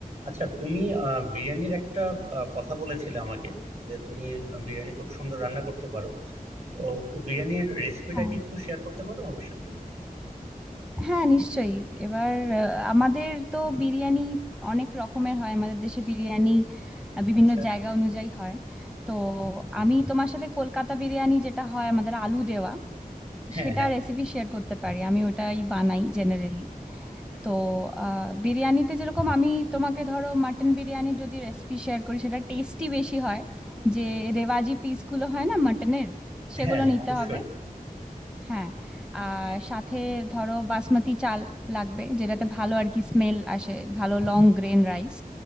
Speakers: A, on the right (about 50°); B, in the centre.
A: আচ্ছা তুমি আহ, বিরিয়ানির একটা আহ, কথা বলেছিলে আমাকে যে তুমি আহ, বিরিয়ানি খুব সুন্দর রান্না করতে পারো তো বিরিয়ানির রেসিপিটা
B: হ্যাঁ
A: কি একটু শেয়ার করতে পারো আমার সাথে
B: হ্যাঁ নিশ্চয়ই এবার আহ, আমাদের তো বিরিয়ানি অনেক রকমের হয় আমাদের দেশে বিরিয়ানি আহ, বিভিন্ন
A: আচ্ছা
B: জায়গা অনুযায়ী হয় তো আমি তোমার সাথে কলকাতা বিরিয়ানি যেটা হয় আমাদের আলু দেওয়া
A: হ্যাঁ
B: সেটা
A: হ্যাঁ
B: রেসিপি শেয়ার করতে পারি আমি ওটাই বানাই জেনারেলি তো আহ বিরিয়ানিতে যেরকম আমি তোমাকে ধরো মাটন বিরিয়ানি যদি রেসিপি শেয়ার করি সেটা টেস্টি বেশি হয় যে রেওয়াজি পিসগুলো হয় না মাটনের সেগুলো
A: হ্যাঁ হ্যাঁ,
B: নিতে
A: অবশ্যই
B: হবে হ্যাঁ আর সাথে ধরো বাসমতি চাল লাগবে যেটাতে ভালো আর কি স্মেল আসে ভালো লং গ্রেন রাইস